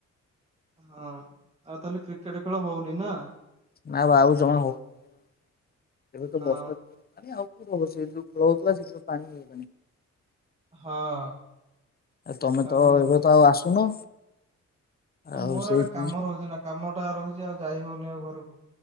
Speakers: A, on the right; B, on the left.
A: ହଁ ଆଉ ତାହେଲେ କ୍ରିକେଟ ଖେଳ ହଉନି ନା?
B: ନା ବା ଆଉ ଜମା ହଉନି ଏବେ ତ
A: ହଁ
B: ବର୍ଷା ମାନ ଆଉ କୋଉ ରହ ସେ ଯୋଉ ଖେଳ ହଉଥିଲା ସେଥିରୁ ପାଣି ନେଇଗଲାଣି
A: ହଁ
B: ଏ ତମେ
A: ଆଉ
B: ତ
A: ଏମିତି
B: ଏବେ ତ ଆଉ ଆସୁନ।
A: ନା
B: ଆଉ
A: ମୋର
B: ସେଇ
A: ଆଡେ କାମ ରହୁଛି ନା କାମ ଟା ରହୁଛି ଆଉ ଯାଇ ହଉନି ଆଉ ଘରକୁ।